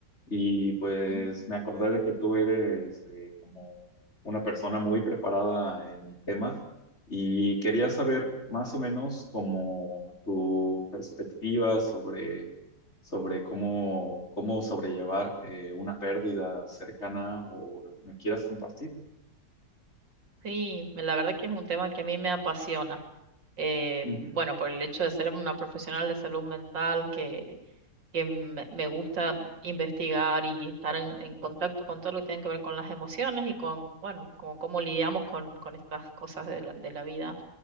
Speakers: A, on the left; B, on the right.
A: y pues
B: Mm,
A: me acordé de que tú eres eh, como una persona muy preparada en el tema. Y quería saber más o menos como tu perspectiva sobre, sobre cómo, cómo sobrellevar eh, una pérdida cercana o lo que me quieras compartir.
B: Sí, la verdad que es un tema que a mí me apasiona. Eh,
A: Ujú.
B: bueno, por el hecho de ser una profesional de salud mental que, que me, me gusta investigar y estar en, en contacto con todo lo que tiene que ver con las emociones y con, bueno, con cómo lidiamos con, con estas cosas de la, de la vida.